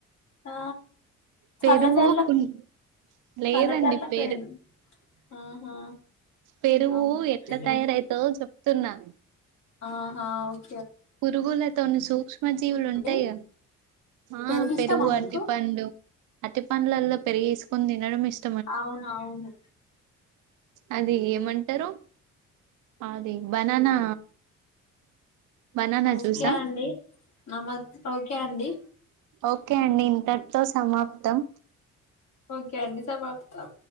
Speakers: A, on the left (about 60°); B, on the right (about 85°).
A: ఆ
B: పెరుగు
A: చల్లచర్ల
B: కున్ లేదండి
A: చల్లచర్ల
B: పెరుగ్
A: పెన్ ఆహా
B: పెరుగు
A: అవును
B: ఎట్ల
A: సెకండ్
B: తయారయిద్దో చెప్తున్నా
A: ఆహ ఒ
B: పురుగులతో సూక్ష్మ జీవులు ఉంటాయి
A: అండి
B: గా ఆ
A: పెరుగు ఇష్టమా
B: రు
A: మీకు
B: అతి పంలు అతి పండ్లలో పెరిగేసుకొని తినడం ఇష్ట
A: అవునవును
B: అది ఏమంటరు అది బననా బనాన
A: ఓకే
B: జ్యూసా
A: అండి నమ ఓకే అండి
B: ఓకే అండి ఇంతట్తో సమాప్తం
A: ఓకే అండి సమాప్తం